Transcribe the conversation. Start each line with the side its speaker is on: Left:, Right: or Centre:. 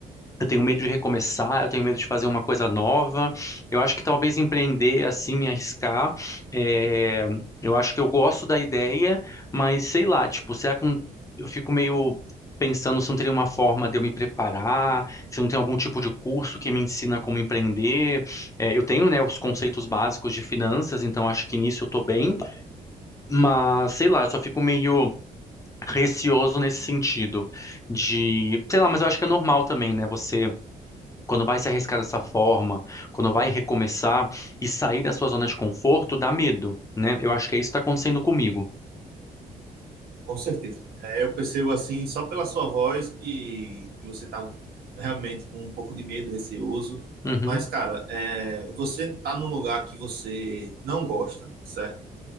Left: Eu tenho medo de recomeçar, eu tenho medo de fazer uma coisa nova. Eu acho que talvez empreender assim, me arriscar. é, Eu acho que eu gosto da ideia, mas sei lá, tipo, será que não- eu fico meio pensando se não teria uma forma de eu me preparar, se não tem algum tipo de curso que me ensina como empreender. É, eu tenho, né, os conceitos básicos de finanças, então acho que nisso eu tô bem, mas sei lá, eu só fico meio receoso nesse sentido de, sei lá, mas eu acho que é normal também, né? Você quando vai se arriscar dessa forma, quando vai recomeçar e sair da sua zona de conforto, dá medo, né? Eu acho que é isso que está acontecendo comigo.
Right: Com certeza. É, eu percebo assim, só pela sua voz, que, que você tá realmente com um pouco de medo, receoso.
Left: Uhum,
Right: Mas, cara, é, você tá num lugar que você não gosta, certo?